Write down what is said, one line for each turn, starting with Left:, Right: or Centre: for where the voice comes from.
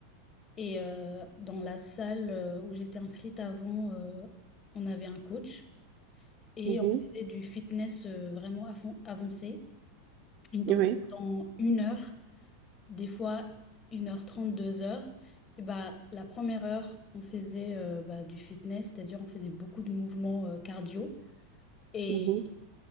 Left: Et euh, dans la salle euh, où j'étais inscrite avant, euh, on avait un coach. et
Right: mhm,
Left: on faisait du fitness euh, vraiment à fond- avancé. Donc,
Right: oui.
Left: dans une heure, des fois une heure trente, deux heures. et bah, la première heure, on faisait euh, bah, du fitness, c'est-à-dire on faisait beaucoup de mouvements euh, cardio. Et
Right: mhm.